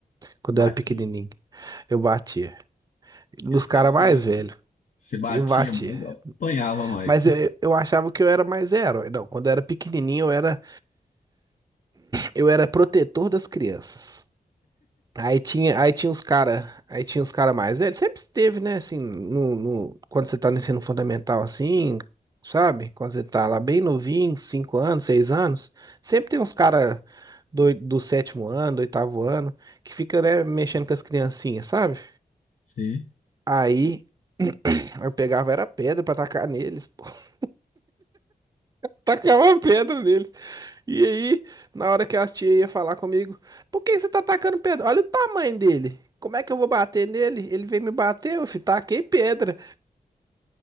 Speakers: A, on the right; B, on the left.
A: Quando
B: Batia.
A: eu era pequenininho, eu batia. Nos
B: E Você
A: caras
B: era criança.
A: mais velhos,
B: Você batia
A: eu batia.
B: mais, eu apanhava mais.
A: Mas eu, eu achava que eu era mais herói. Não, quando eu era pequenininho, eu era, eu era protetor das crianças. Aí tinha, aí tinha os cara, aí tinha os cara mais velhos. Sempre esteve, né? Assim, no, no- quando você tá no ensino fundamental, assim, sabe? Quando você tá lá bem novinho, cinco anos, seis anos, sempre tem uns cara do, do sétimo ano, do oitavo ano, que fica, né, mexendo com as criancinhas, sabe?
B: Sim.
A: Aí eu pegava era pedra pra tacar neles, pô. <laughs> Tacava pedra neles. E aí, na hora que as tias iam falar comigo, por que você tá atacando pedra? Olha o tamanho dele. Como é que eu vou bater nele? Ele veio me bater, eu fi, taquei pedra.